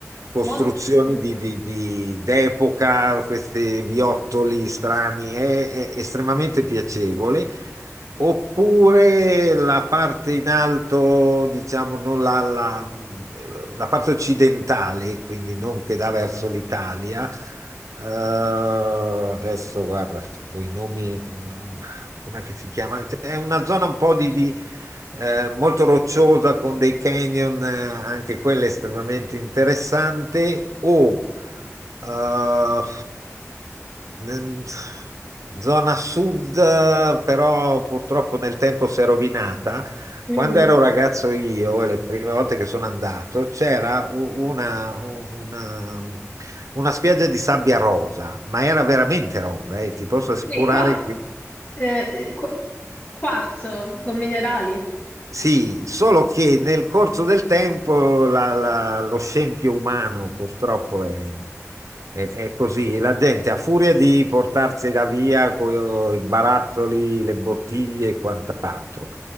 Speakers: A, on the right; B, on the left.
A: costruzioni
B: molto... mm,
A: di, di- di- d'epoca, questi viottoli strani, è è estremamente piacevole. Oppure la parte in alto, diciamo, non la, la- la parte occidentale, quindi non che dà verso l'Italia. Eh, adesso guarda, quei nomi, come si chiama? È una zona un po' di, di, eh, molto rocciosa con dei canyon, eh, anche quella estremamente interessante. O eh, N- Zona sud, eh, però purtroppo nel tempo si è rovinata.
B: mm.
A: Quando ero ragazzo io, e le prime volte che sono andato, c'era u- una, una, una spiaggia di sabbia rosa, ma era veramente rosa, e ti posso assicurare
B: Sì, qua.
A: che...
B: Eh, eh, qu- quarzo con minerali.
A: Sì, solo che nel corso del tempo la- la- lo scempio umano purtroppo è, è- è così. La gente a furia di portarsela via con i barattoli, le bottiglie e quant'altro,